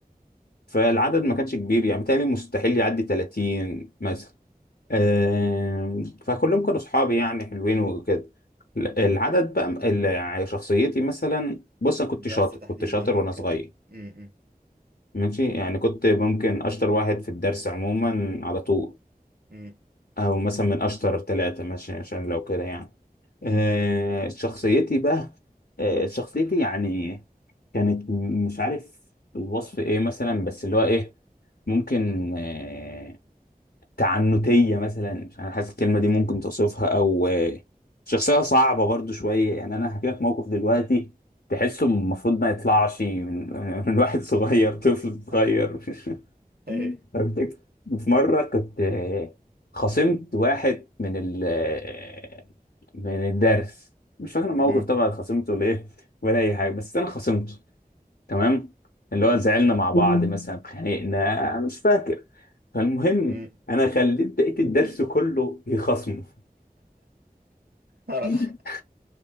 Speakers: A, on the left; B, on the right.
A: فالعدد ما كانش كبير يعني بالتالي مستحيل يعدي 30 مثلا آم،
B: م-
A: فكلهم كانوا اصحابي يعني حلوين وكده ال- العدد بقى ال- يعني شخصيتي مثلا بص انا
B: في
A: كنت
B: الدرس
A: شاطر
B: تحديدا
A: كنت شاطر
B: او
A: وانا
B: كده
A: صغير
B: م- م-
A: ماشي يعني كنت ممكن اشطر واحد في الدرس عموما على طول
B: م-
A: او مثلا من اشطر ثلاثة ماشي عشان لو كده يعني
B: م-
A: آه، شخصيتي بقى آه، شخصيتي يعني كانت م- مش عارف الوصف ايه مثلا بس اللي هو ايه ممكن آه، تعنتية مثلا مش انا حاسس الكلمة
B: م-
A: دي
B: م.
A: ممكن توصفها او آه، شخصية صعبة برضو شوية يعني انا هحكي لك موقف دلوقتي تحسه المفروض ما يطلعش من, <laughs> من واحد صغير طفل
B: <laughs>
A: صغير <laughs>
B: ايه
A: فبتك- في مرة كنت آه، خصمت واحد من ال آه، من الدرس مش فاكر الموقف
B: م-
A: طبعا خصمته ليه ولا أي حاجة بس أنا خصمته تمام اللي هو زعلنا مع بعض مم. مثلا خانقنا مش فاكر فالمهم
B: م.
A: أنا خليت بقية الدرس كله يخصمه
B: <laughs>
A: <laughs>